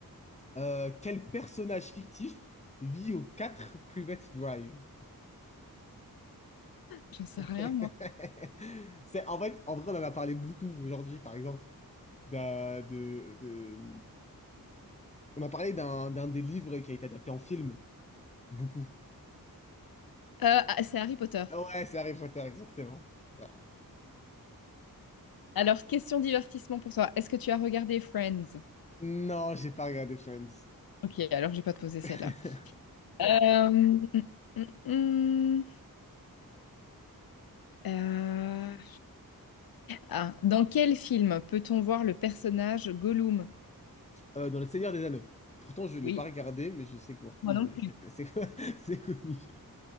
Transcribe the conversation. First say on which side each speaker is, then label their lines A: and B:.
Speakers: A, on the left; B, on the left.
A: Euh, quel personnage fictif vit aux 4 Private Drive?
B: J'en sais
A: <laughs>
B: rien, moi.
A: C'est, en fait, en vrai, on en a parlé beaucoup aujourd'hui, par exemple. d'un- de, de- On a parlé d'un d'un des livres qui a été adapté en film, beaucoup.
B: Euh, ah, c'est Harry Potter.
A: Ouais, c'est Harry Potter, exactement. Voilà.
B: Alors, question divertissement pour toi. Est-ce que tu as regardé Friends?
A: Non, j'ai pas regardé Friends.
B: Ok, alors je vais pas te poser celle-là.
A: <laughs>
B: Euh, mm, mm, mm. mm. Euh, ah, dans quel film peut-on voir le personnage Gollum?
A: Euh, dans Le Seigneur des Anneaux. Pourtant, je l'ai
B: Oui,
A: pas regardé, mais je sais que bon,
B: moi non
A: c'est
B: plus.
A: c'est- c'est- <laughs> c'est connu.